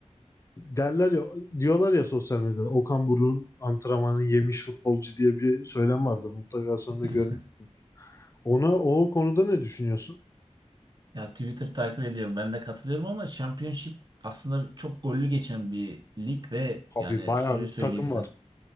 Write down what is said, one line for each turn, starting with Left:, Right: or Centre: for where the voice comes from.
Left: Derler ya diyorlar ya sosyal medyada Okan Buruk'un antrenmanını yemiş futbolcu diye bir söylem vardır. Mutlaka sen de
Right: <laughs>
Left: görmüşsün. Ona o konuda ne düşünüyorsun?
Right: Ya Twitter takip ediyorum. Ben de katılıyorum ama Championship aslında çok gollü geçen bir lig ve
Left: Abi
Right: yani
Left: bayağı
Right: şöyle
Left: bir
Right: söyleyeyim
Left: takım
Right: sen.
Left: var.